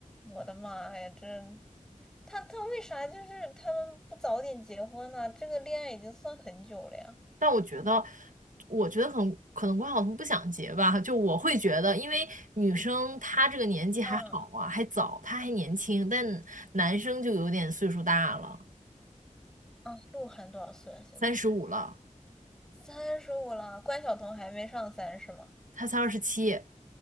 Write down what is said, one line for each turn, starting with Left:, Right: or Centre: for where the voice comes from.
Centre: 我的妈呀，这他他为啥就是他们不早点结婚呢、这个恋爱已经算很久了呀。
Right: 但我觉得，我觉得可能可能关晓彤不想结吧，就我会觉得，因为女生她这个年纪还好啊，
Centre: 嗯
Right: 还早，她还年轻，但男生就有点岁数大了，
Centre: 嗯，鹿晗多少岁啊？现在
Right: 三十五了，
Centre: 三十五了，关晓彤还没上三是吗？
Right: 他才二十七。